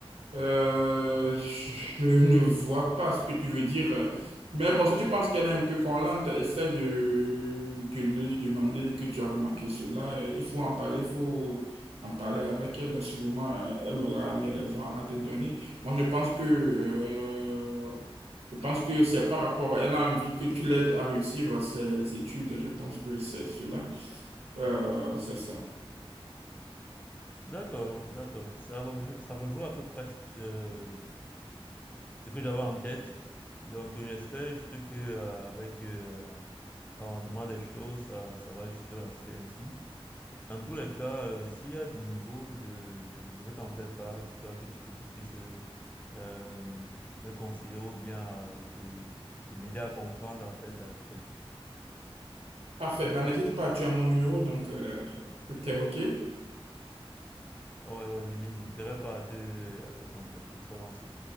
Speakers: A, on the right; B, on the left.
A: euh, je ne vois pas ce que tu veux dire. Mais bon, si tu penses qu'elle est un peu collante, essaie de, de lui demander que tu as remarqué cela. Il faut en parler, il faut en parler avec elle. Sûrement, euh, elle aura les raisons à te donner. Moi, je pense que... euh, je pense que c'est par rapport, elle a envie que tu l'aides à réussir ses études. Je pense que c'est cela. Euh, c'est ça.
B: D'accord, d'accord. Ça rejoint, ça rejoint à peu près ce euh, ce que j'avais en tête. Donc, euh, j'espère juste que euh, avec euh, l'avancement des choses, ça, ça va juste rester ainsi. En tous les cas, euh, s'il y a de nouveau, je, je, je vais t'en faire part, histoire que tu, tu puisses euh, euh, me conseiller ou bien euh, de, de m'aider à comprendre en fait la situation.
A: Parfait. Ben, n'hésite pas, tu as mon numéro, donc euh, tout est OK.
B: Ah Ouais, ouais, je n'hésiterai pas à te, à te contacter, sois en sûr.